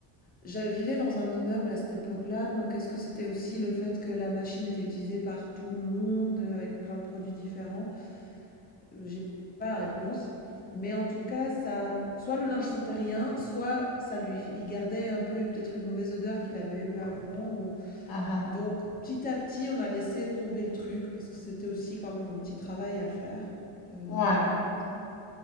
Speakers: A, on the left (about 20°); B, on the left (about 50°).
A: Je vivais dans un immeuble à cette époque-là, donc est-ce que c'était aussi le fait que la machine était utilisée par tout le monde, euh, avec plein de produits différents? Euh, J'ai pas la réponse. Mais en tout cas, ça, soit le linge sentait rien, soit ça lui, il gardait un peu peut-être une mauvaise odeur qu'il avait eue avant. ou-
B: Ah ah,
A: Donc petit à petit, on a laissé tomber le truc parce que c'était aussi quand même un petit travail à faire, euh,
B: <laughs> ouais,
A: tout ça.